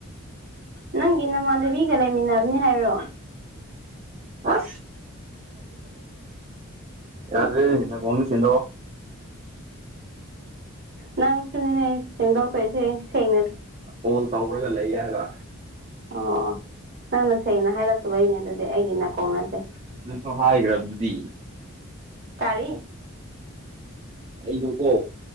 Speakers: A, on the right (about 45°); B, on the right (about 30°).
A: ꯅꯪꯒꯤ ꯅꯃꯥꯟꯅꯕꯤꯒ ꯂꯩꯃꯤꯟꯅꯕꯅꯤ ꯍꯥꯏꯔꯣ
B: ꯑ ꯌꯥꯔꯟꯅ ꯀꯃ꯭ꯔꯦꯁꯦꯟꯅꯣ
A: ꯅꯪ ꯁꯤꯅꯦꯒꯣꯜꯄꯁꯦ ꯁꯦꯡꯅ
B: ꯀꯣꯜ ꯇꯧꯔꯒ ꯂꯩꯒꯕ
A: ꯑꯣ ꯅꯪꯅ ꯁꯦꯡꯩꯅ ꯍꯥꯏꯔꯛꯇꯕꯩꯅꯦ ꯑꯗꯨꯗꯤ ꯑꯩꯒꯤ ꯅꯥꯀꯣꯡ ꯅꯠꯇꯦ
B: ꯁꯨ ꯍꯥꯏꯈ꯭ꯔꯕ ꯑꯗꯨꯗꯤ
A: ꯇꯥꯔꯔꯤ
B: ꯑꯩꯗꯀꯣ